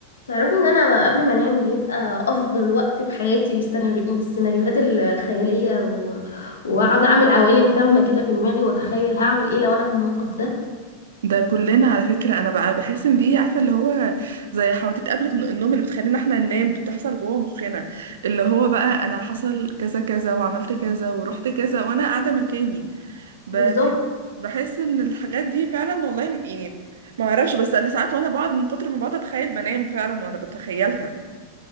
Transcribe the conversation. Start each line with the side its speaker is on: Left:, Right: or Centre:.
Left: تعرفي ان انا قبل ما انام بيبقى افضل وقت في حياتي للسيناريو- للسيناريوهات ال- الخياليه و... واقعد اعمل عوالم كامله كده في دماغي واتخيل هعمل ايه لو انا في الموقف ده
Right: ده كلنا على فكرة أنا بقى بحس إن دي عارفة اللي هو زي حواديت قبل الن- النوم اللي بتخلينا إحنا ننام بتحصل جوه مخنا اللي هو بقى أنا حصل كذا كذا وعملت كذا ورحت كذا وأنا قاعدة مكاني ب-
Left: بالظبط
Right: بح- بحس إن الحاجات دي فعلا والله م- يعني ما أعرفش بس أنا ساعات وأنا بقعد من كتر ما بقعد أتخيل بنام فعلا وأنا بتخيلها